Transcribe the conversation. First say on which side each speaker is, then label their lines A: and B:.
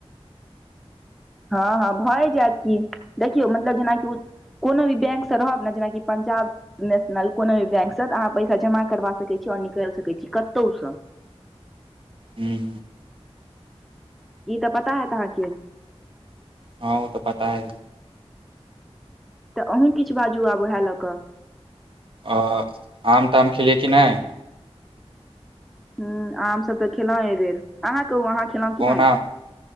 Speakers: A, in the centre; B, on the right.
A: हँ हँ भए जायत क देखियौ मतलब जेनाकि कोनो भी बैंकसँ रहब ने जेनाकि पंजाब नेशनल कोनो भी बैंक से तऽ अहाँ पैसा जमा करवा सकैत छी आओर निकलि सकैत छी कतहुसँ
B: हूँ
A: ई तऽ पता हयत अहाँके
B: हँ ओ तऽ पता ह
A: तऽ अहूँ किछु बाजू आब उएह लऽ कऽ
B: ओ आम ताम खेलियै कि नहि
A: ह आम सब तऽ खेलों एहि बेर अहाँ कहु अहाँ खेलहुँ कि
B: कोन
A: नहि
B: आम